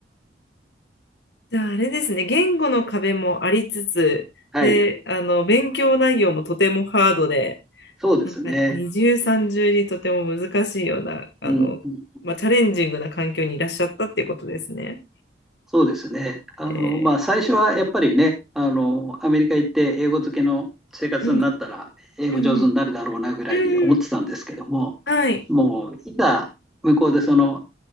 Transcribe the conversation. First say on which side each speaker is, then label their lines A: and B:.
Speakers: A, on the left (about 65°); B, in the centre.
A: じゃあ、あれですね、言語の壁もありつつ、
B: はい、
A: で、あの、勉強内容もとてもハードで、
B: そうですね。
A: なんか二重三重にとても難しいような、あの、
B: うんうん
A: まあ、チャレンジングな環境にいらっしゃったっていうことですね。
B: そうですね。あの、
A: え
B: まあ、最初はやっぱりね、あの、アメリカ行って英語漬けの生活になったら、
A: ー、うん、
B: 英語上手になるだろうなぐらいに思ってたんですけども、
A: うん、うん、うんはい、
B: もう、いざ向こうでその